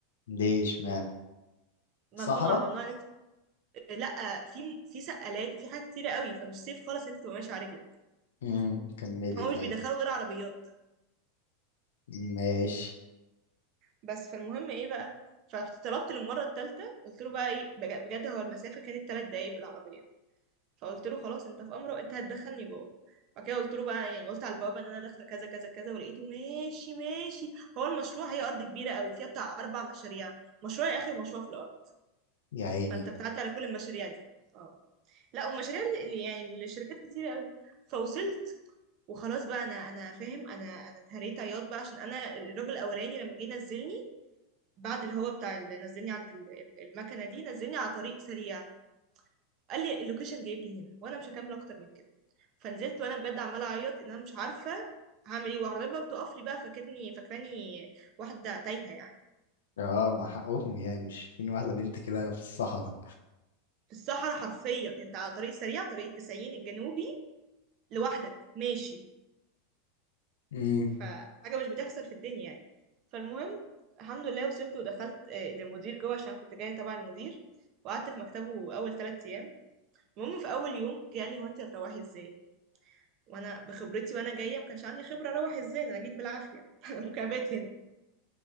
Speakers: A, on the left; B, on the right.
A: ليش مان
B: ممنوع
A: صحراء
B: ممنوع إن إنت- لا في في سقالات وفي حاجات كتيره قوي فمش سيف خالص إن انت تبقى ماشي على رجلك
A: امم كملي
B: يعني هو
A: طيب
B: مش بيدخلوا غير عربيات
A: ماشي
B: بس فالمهم ايه بقى فطلبت للمره الثالثه قلت له بقى ايه بج- بجد هو المسافه كانت ثلاث دقايق بالعربيه فقلت له خلاص انت في امره انت هتدخلني جوه بعد كده قلت له بقى يعني قلت على البوابه ان انا داخله كذا كذا كذا ولقيته ماشي ماشي هو المشروع هي ارض كبيره قوي فيها بتاع اربع مشاريع مشروعي اخر مشروع في الارض
A: يا عيني
B: فانت بتعدي على كل المشاريع دي اه لا والمشاريع اللي اللي- يعني الشركات كتير قوي فوصلت وخلاص بقى انا انا فاهم انا انا اتهريت عياط بقى عشان انا الراجل الاولاني لما جه نزلني بعد الهوا بتاع اللي نزلني عند ال- ال- المكنه دي نزلني على طريق سريع قال لي اللوكيشن جايب لي هنا وانا مش هكمل اكتر من كده فنزلت وانا بجد عماله اعيط ان انا مش عارفه هعمل ايه وعربيه بقى بتقف لي بقى فاكرني فاكراني واحده تايهه يعني
A: اه مع حقهم يعني مش شايفين واحدة بنت كده في الصحراء
B: في الصحراء حرفيا انت على طريق سريع طريق التسعين الجنوبي لوحدك ماشي
A: امم
B: فحاجة مش بتحصل في الدنيا يعني فالمهم الحمد لله وصلت ودخلت آه، للمدير جوه عشان كنت جاية تبع المدير وقعدت في مكتبه أول ثلاث أيام المهم في أول يوم جه قال لي هو أنت هتروحي إزاي؟ وأنا بخبرتي وأنا جاية ما كانش عندي خبرة أروح إزاي ده أنا جيت بالعافية <laughs> أنا ممكن أبات هنا